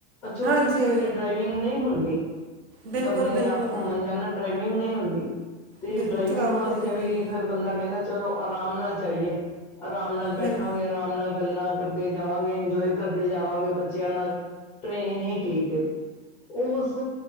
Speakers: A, in the centre; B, on the right.
A: ਅੱਛੋਂ
B: ਹਾਂਜੀ
A: ਕਿਸੇ ਵੇਲੇ ਡਰਾਈਵਿੰਗ ਨਹੀਂ ਹੁੰਦੀ
B: ਬਿਲਕੁਲ
A: ਬੰਦੇ
B: ਬਿਲਕੁਲ
A: ਨੇ ਆਪ ਘੁੰਮਣ ਜਾਣਾ, ਡਰਾਈਵਿੰਗ ਨਹੀਂ ਹੁੰਦੀ ਤੇ
B: ਬਿਲਕੁਲ
A: ਡਰਾਈਵਿੰਗ
B: ਥਕਾਵਟ
A: ਵਾਸਤੇ
B: ਹੋ ਜਾਂਦੀ
A: ਵੀ ਫਿਰ ਬੰਦਾ ਕਹਿੰਦਾ ਚਲੋ ਆਰਾਮ ਨਾਲ ਜਾਈਏ, ਆਰਾਮ ਨਾਲ ਬੈਠਾਂਗੇ,
B: ਬਿਲਕੁਲ
A: ਆਰਾਮ ਨਾਲ ਗੱਲਾਂ ਕਰਦੇ ਜਾਵਾਂਗੇ, ਇੰਜੋਏ ਕਰਦੇ ਜਾਵਾਂਗੇ ਬੱਚਿਆਂ ਨਾਲ, ਟ੍ਰਰੇਨ ਹੀ ਠੀਕ। ਏ। ਉਹ ਉਸ